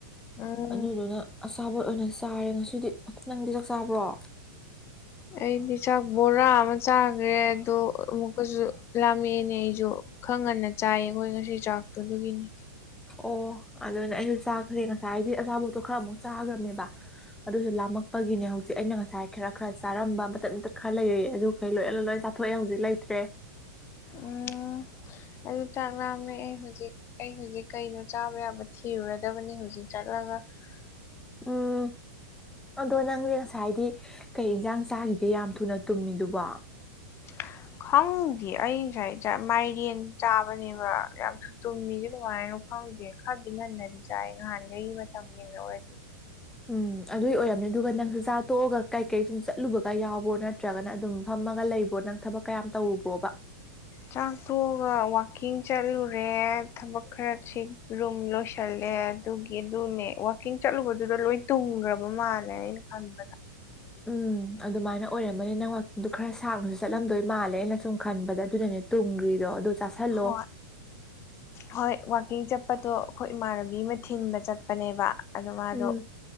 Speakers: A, on the left (about 25°); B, in the centre.
A: ꯎꯝ
B: ꯑꯗꯨꯗꯨꯅ ꯑꯆꯥꯕꯣꯠ ꯑꯣꯏꯅ ꯆꯥꯔꯦ ꯉꯁꯤꯗꯤ ꯅꯪꯗꯤ ꯆꯥꯛ ꯆꯥꯕ꯭ꯔꯣ
A: ꯑꯩꯗꯤ ꯆꯥꯛ ꯕꯣꯔꯥ ꯑꯃ ꯆꯥꯈ꯭ꯔꯦ ꯑꯗꯨ ꯑꯃꯨꯛꯀꯖꯨ ꯂꯥꯝꯃꯦꯅꯦ ꯑꯩꯖꯨ ꯈꯔ ꯉꯟꯅ ꯆꯥꯏꯌꯦ ꯑꯩꯈꯣꯏ ꯉꯁꯤ ꯆꯥꯛꯇꯨ ꯑꯗꯨꯒꯤꯅꯤ
B: ꯑꯣ ꯑꯗꯨꯅ ꯑꯩꯁꯨ ꯆꯥꯈ꯭ꯔꯦ ꯉꯁꯥꯏꯗꯤ ꯑꯆꯥꯄꯣꯠꯇꯣ ꯈꯔ ꯑꯃꯨꯛ ꯆꯥꯒꯔꯝꯅꯦꯕ ꯑꯗꯨꯁꯨ ꯂꯥꯝꯃꯛꯄꯒꯤꯅꯦ ꯍꯧꯖꯤꯛ ꯑꯩꯅ ꯉꯁꯥꯏ ꯈꯔ ꯈꯔ ꯆꯥꯔꯝꯕ ꯃꯇꯠ ꯃꯇꯠ ꯈꯔ ꯂꯩꯔꯌꯦ ꯑꯗꯨ ꯍꯂꯣꯏ ꯑꯂꯣꯏ ꯆꯥꯊꯣꯛꯑꯦ ꯍꯧꯖꯤꯛ ꯂꯩꯇ꯭ꯔꯦ
A: ꯑꯥ ꯑꯩꯗꯨ ꯆꯥꯛ ꯂꯥꯝꯃꯛꯑꯦ ꯑꯩ ꯍꯨꯖꯤꯛ ꯑꯩ ꯍꯨꯖꯤꯛ ꯀꯩꯅꯣ ꯆꯥꯕ ꯌꯥꯕ ꯊꯤꯔꯨꯔꯗꯕꯅꯤ ꯍꯧꯖꯤꯛ ꯆꯠꯂꯒ <inaudible>
B: ꯎꯝ ꯑꯗꯣ ꯅꯪꯗꯤ ꯉꯁꯥꯏꯗꯤ ꯀꯩ ꯏꯟꯖꯥꯡ ꯆꯥꯒꯤꯒꯦ ꯌꯥꯝ ꯊꯨꯅ ꯇꯨꯝꯃꯤꯗꯨꯕꯣ
A: <inaudible> ꯈꯪꯗꯦ ꯑꯩ ꯉꯁꯥꯏ ꯆꯥ ꯃꯥꯏꯔꯦꯟ ꯆꯥꯕꯅꯦꯕ ꯌꯥꯝ ꯊꯨ ꯇꯨꯝꯃꯤꯖꯦ ꯀꯃꯥꯏꯅꯅꯣ ꯈꯪꯗꯦ ꯈꯔꯗꯤ ꯉꯟꯅꯗꯤ ꯆꯥꯏ ꯉꯍꯥꯟꯒꯩ ꯃꯇꯝ ꯌꯦꯡꯅꯧꯔꯗꯤ
B: ꯎꯝ ꯑꯗꯨꯏ ꯑꯣꯏꯔꯝꯅꯤ ꯑꯗꯨꯒ ꯅꯪꯁꯨ ꯆꯥ ꯇꯣꯛꯑꯒ ꯀꯥꯏ ꯀꯩ ꯁꯨꯝ ꯆꯠꯂꯨꯕꯒ ꯌꯥꯎꯕ꯭ꯔꯣ ꯅꯠꯇ꯭ꯔꯒꯅ ꯑꯗꯨꯝ ꯐꯝꯃꯒ ꯂꯩꯕ꯭ꯔꯣ ꯅꯪ ꯊꯕꯛ ꯀꯌꯥꯝ ꯇꯧꯔꯨꯕ꯭ꯔꯣꯕ
A: ꯆꯥꯛꯇꯣꯛꯑꯒ ꯋꯥꯛꯀꯤꯡ ꯆꯠꯂꯨꯔꯦ ꯊꯕꯛ ꯈꯔ ꯊꯤ ꯔꯨꯝ ꯂꯣꯏꯁꯜꯂꯦ ꯑꯗꯨꯒꯤ ꯑꯗꯨꯅꯦ ꯋꯥꯀꯤꯡ ꯆꯠꯂꯨꯕꯗꯨꯗ ꯂꯣꯏ ꯇꯨꯡꯈ꯭ꯔꯕ ꯃꯥꯜꯂꯦ ꯑꯩꯅ ꯈꯟꯕꯗ
B: ꯎꯝ ꯑꯗꯨꯃꯥꯏꯅ ꯑꯣꯏꯔꯝꯃꯅꯤ ꯅꯪ ꯋꯥꯛꯀꯤꯡꯗꯨ ꯈꯔ ꯁꯥꯡꯅꯁꯨ ꯆꯠꯂꯝꯗꯣꯏ ꯃꯥꯜꯂꯦ ꯑꯩꯅ ꯁꯨꯝ ꯈꯟꯕꯗ ꯑꯗꯨꯅꯅꯦ ꯇꯨꯝꯒ꯭ꯔꯤꯗꯣ ꯑꯗꯣ ꯆꯥꯥꯁꯜꯂꯣ
A: ꯍꯣꯏ ꯍꯣꯏ ꯋꯥꯛꯀꯤꯡ ꯆꯠꯄꯗꯣ ꯑꯈꯣꯏ ꯏꯃꯥꯟꯅꯕꯤ ꯑꯃ ꯊꯤꯟꯕ ꯆꯠꯄꯅꯦꯕ ꯑꯗꯨ ꯃꯥꯗꯣ
B: ꯎꯝ